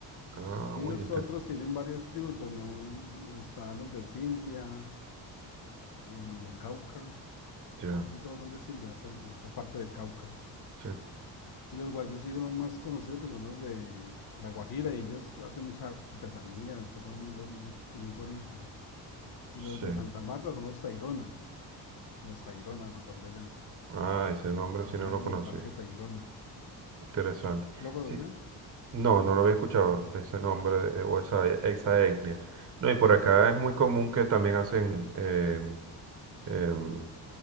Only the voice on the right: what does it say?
Ah,
oye, inter-
ya.
Sí,
sí.
Ah, ese nombre
sí
no lo conocí.
Interesante.
Sí. No, no lo había escuchado, ese
nombre eh, o esa, esa etnia. No, y por acá es muy común que también hacen em, em,